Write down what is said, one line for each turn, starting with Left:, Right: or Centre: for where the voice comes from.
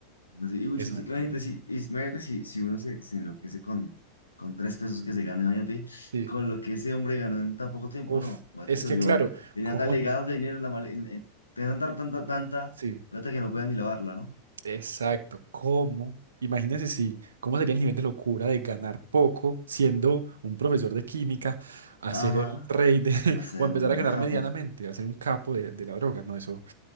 Left: así, y mucho-
Right: Es una
Left: sí, imagínate,
Right: pena.
Left: si, es- imagínate si, si uno se, se enloquece con, con tres pesos que se gana, imagínate
Right: Sí.
Left: con lo que ese hombre ganó en tan poco tiempo,
Right: Uf,
Left: no, Walter
Right: es
Left: se
Right: que
Left: volvió,
Right: claro,
Left: tenía
Right: ¿cómo?
Left: tal legado de dinero en la mala- en- en- tenía tanta, tanta, tanta
Right: Sí,
Left: plata que no pueden ni lavarla, ¿no?
Right: exacto. ¿Cómo? Imagínense si, ¿cómo sería el nivel de locura de ganar poco siendo un profesor de química a ser
Left: Ajá,
Right: el rey de, <laughs>
Left: va a ser
Right: o empezar
Left: un,
Right: a ganar
Left: el capo,
Right: medianamente, a ser un capo de, de la droga? No, eso.